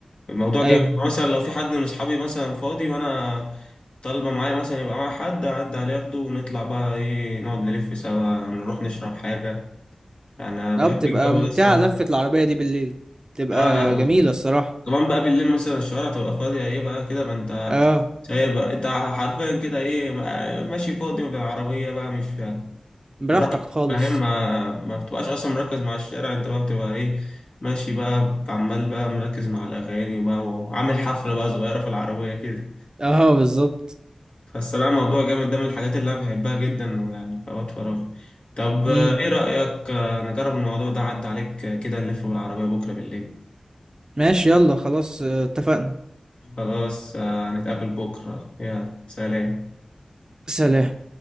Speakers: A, on the left (about 55°); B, on the right (about 35°).
A: الموضوع
B: ايوه
A: جامد يعني مثلا لو في حد من اصحابي مثلا فاضي وانا طالبه معايا مثلا يبقى معايا حد اعدي عليه اخده ونطلع بقى ايه نقعد نلف سوا نروح نشرب حاجه يعني أنا بحب
B: اه بتبقى
A: الجو
B: ممتعة
A: ده الصراحه
B: لفة العربية دي بالليل بتبقى
A: اه لا
B: جميلة الصراحة
A: كمان بقى بالليل مثلا الشوارع تبقى فاضية ايه بقى كده ما انت
B: اه
A: شايف بقى انت حرفيا كده ايه ما- ماشي فاضي بالعربية بقى مش فاهم
B: براحتك
A: براحتك
B: خالص
A: فاهم ما ما بتبقاش اصلا مركز مع الشارع انت بقى بتبقى ايه ماشي بقى عمال بقى مركز مع الاغاني بقى وعامل حفلة بقى صغيرة في العربية كده
B: اه بالظبط
A: فالصراحة موضوع جامد ده من الحاجات اللي انا بحبها جدا ويعني في اوقات فراغي طب
B: امم
A: آه، ايه رأيك آه، نجرب الموضوع ده عدى عليك آه، كده نلف بالعربية بكرة بالليل
B: ماشي يلا خلاص آه، اتفقنا
A: خلاص آه، نتقابل بكرة يلا سلام
B: سلام